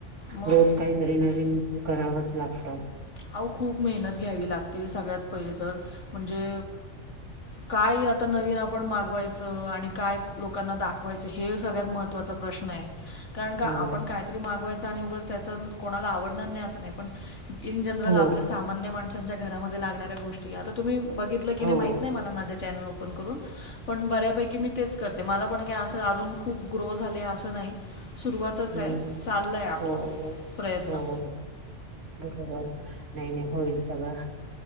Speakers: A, on the left; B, on the right.
A: मग
B: रोज काहीतरी नवीन करावंच लागतं.
A: अव, खूप मेहनत घ्यावी लागते सगळ्यात पहिले तर, म्हणजे. काय आता नवीन आपण मागवायचं आणि काय लोकांना दाखवायचं, हे सगळ्यात महत्त्वाचं. महत्त्वाचा प्रश्न आहे, कारण का
B: हो
A: आपण काय? तरी मागवायचं आणि उगाच त्याचं कोणाला आवडणारं नाही, असं नाही पण. इन जनरल
B: हो
A: आपल्या सामान्य माणसांच्या घरामध्ये लागणाऱ्या गोष्टी, आता तुम्ही बघितलं की
B: हो
A: नाही, माहिती नाही, मला माझं चॅनल ओपन करून पण बऱ्यापैकी मी तेच करते. मला पण काय असं अजून खूप ग्रो झाले असं नाही, सुरुवातच
B: हम्म
A: आहे. चाललं आहे आपलं,
B: हो हो
A: प्रयत्न.
B: हो, हो. बरोबर नाही नाही होईल सगळं.